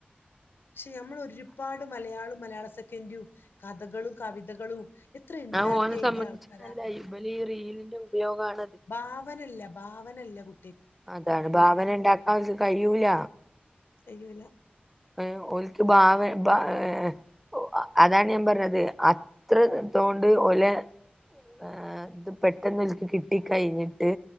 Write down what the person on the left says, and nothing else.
പക്ഷെ നമ്മൾ ഒരു പാട് മലയാളും മലയാള സെക്കൻ്റും കഥകളും കവിതകളും എത്ര ഉണ്ടാക്കി
എഴുതിയ
ആൾക്കാരാ
ഭാവനല്ല. ഭാവനല്ല കു
കയ്യൂല.